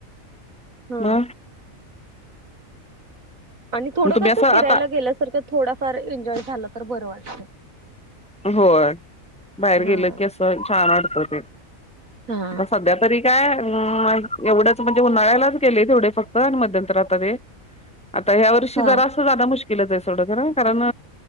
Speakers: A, on the right (about 75°); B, in the centre.
A: हा
B: म
A: आणी थोडं
B: तुम्ही
A: कसं,
B: असं आता
A: फिरायला गेल्यासारखं, थोडाफार एन्जॉय झालं तर बरं वाटतं.
B: होय, बाहेर गेलं
A: हा
B: की, असं छान वाटतं ते,
A: हा
B: आता सध्या तरी काय माईत, एवढंच म्हणजे, उन्हाळ्यालाच गेले तेवडे फक्त, अन मद्यंतरा आता ते आता या वर्षी
A: हा
B: जरासं जानं मुश्किलच आहे सोड खरं, कारण